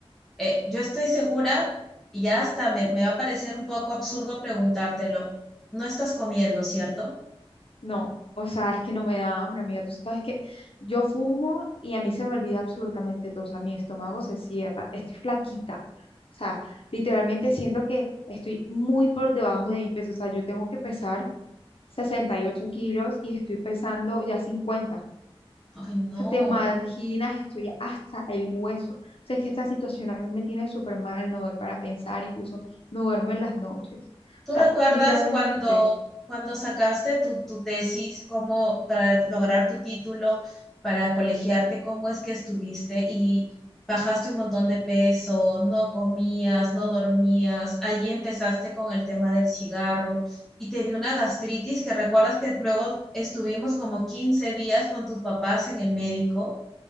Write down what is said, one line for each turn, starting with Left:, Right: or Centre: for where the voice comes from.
Centre: eh, yo estoy segura, y ya hasta me, me va a parecer un poco absurdo preguntártelo, no estás comiendo, ¿cierto?
Left: No, o sea, es que no me da hambre, amiga. Tú sabes que yo fumo y a mí se me olvida absolutamente todo. O sea, mi estómago se cierra. Estoy flaquita. O sea, literalmente siento que estoy muy por debajo de mi peso. O sea, yo tengo que pesar 68 kilos y estoy pesando ya 50.
Centre: Ay, no.
Left: O sea, te imaginas, estoy hasta el hueso. O sea, es que esta situación a mí me tiene súper mal. No doy para pensar, incluso no duermo en las noches. O
Centre: ¿Tú recuerdas
Left: sea, literalmente
Centre: cuando, cuando sacaste tu, tu tesis, cómo para lograr tu título, para colegiarte, cómo es que estuviste y bajaste un montón de peso, no comías, no dormías, allí empezaste con el tema del cigarro y te dio una gastritis que recuerdas que luego estuvimos como 15 días con tus papás en el médico?